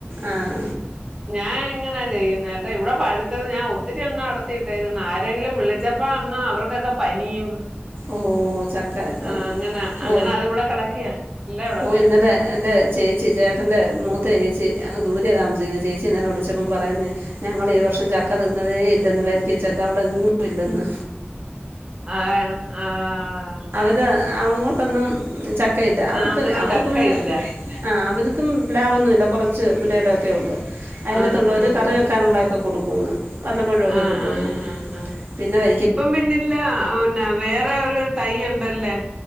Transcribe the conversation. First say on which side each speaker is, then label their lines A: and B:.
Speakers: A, on the right (about 65°); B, on the right (about 20°).
A: ആഹ
B: ഞാൻ ഇങ്ങനാ ചെയ്യുന്നേഏട്ടാ ഇവിടെ പഴുത്തത് ഞാൻ ഒത്തിരി എണ്ണം അടത്തിയിട്ടേക്കന്ന് ആരെങ്കിലും വിളിച്ച ച്ചപ്പോ അന്ന് അവർക്കൊക്കെ പനിയും
A: ഓ ചക്ക ഇപ്പം
B: ആ അങ്ങനെ അങ്ങനെ
A: ഓ
B: അതി ഇവിടെ കിടക്കിയാ ഇല്ല ഇവിടെ
A: ഓ
B: കിടക്കുന്നു
A: ഇന്നലെ എൻ്റെ ചേച്ചി ചേട്ടൻ്റെ മൂത്ത ചേച്ചി അത് ദൂരാണ് താമസിക്കുന്നത് ചേച്ചിന്ന്ന്നെ വിളിച്ചപ്പം പറയുന്നത് ഞങ്ങൾ ഈ വർഷം ചക്ക തിന്നതേ ഇല്ലെന്ന് വരിക്കാ ചക്ക അവിടെങ്ങും ഇല്ലെന്ന്
B: ആഹ ആഹ
A: ഇത് അങ്ങോട്ടൊന്നും ചക്ക ഇല്ല അവർക്ക്
B: ആഹ് അങ്ങനെ
A: അവർക്ക്
B: ചക്ക
A: പിന്നെ
B: ഇല്ല
A: ആഹ് അവർക്കും പ്ലാവ് ഒന്നുമില്ല കുറച്ച് പുരേടം ഒക്കെ ഉള്ളൂ അയലത്തുള്ളവരെ
B: ആഹ് ആഹ്
A: ഒരു കറി വെക്കാനുള്ളതൊക്കെ കൊടുക്കുമന്ന് വല്ലപ്പോഴൊക്കെ
B: ആഹ്
A: കിട്ടുമന്ന്
B: ആഹ് ആഹ് ആഹ് ആഹ്
A: പിന്നെ വ
B: ഇപ്പം പിന്നില്ല പിന്ന വേറെ ഒരു തൈ ഉണ്ടല്ലേ